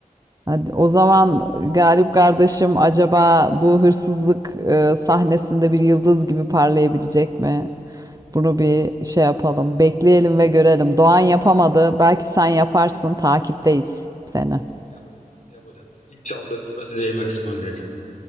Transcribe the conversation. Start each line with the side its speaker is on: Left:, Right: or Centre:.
Right: Hadi o zaman Galip kardeşim acaba bu hırsızlık e, sahnesinde bir yıldız gibi parlayabilecek mi? Bunu bir şey yapalım. Bekleyelim ve görelim. Doğan yapamadı. Belki sen yaparsın. Takipteyiz seni.
Left: Yapacağız. Yapacağız. İlk Çaldığımda da size yemek ısmarlayacağım.